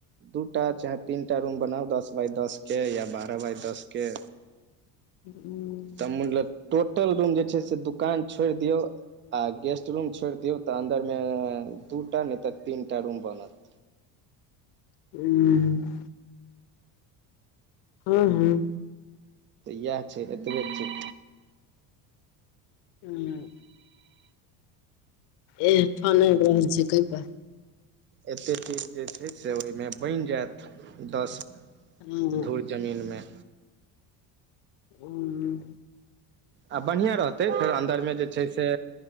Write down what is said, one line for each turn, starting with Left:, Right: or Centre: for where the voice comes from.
Right: दूटा चाहे तीनटा रूम बनाउ दस बाय दस के या बारह बाय दस के
Left: हुॅं
Right: तऽ मतलब टोटल रूम जे छै से दोकान छौइर दियौ आ गेस्ट रूम छोइर दियौ त अन्दरमे दूटा नै त तीनटा रूम बनत
Left: हूँ हुॅं हुॅं
Right: तऽ इएह छै एतबे छै
Left: हुॅं एह फोन आइब रहल छै कैपर
Right: एतेक चीज जे छै से ओयमे बैन जायत दस
Left: हँ
Right: धुर जमीनमे
Left: हुॅं
Right: आ बनहीआँ रह तै फेर अन्दरमे जे छै से